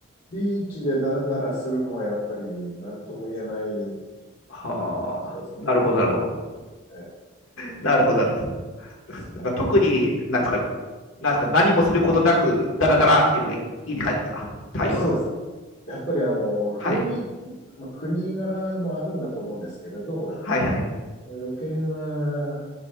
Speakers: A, on the left (about 60°); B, on the left (about 75°).
A: ビーチでダラダラするのはやっぱり何とも言えない
B: はあ、
A: 気持ちよさというか、
B: なるほど、なるほど。
A: えで
B: なるほど、なるほど。だから特に、
A: すね。
B: なんですか、なんですか、何もすることなく、ダラダラっていうのがいい、いいって感じですか、タイは。
A: そうです。やっぱりあの、雰囲気、
B: はい。
A: まあ、国柄もあるんだと思うんですけれど、
B: はいはい。
A: 余計な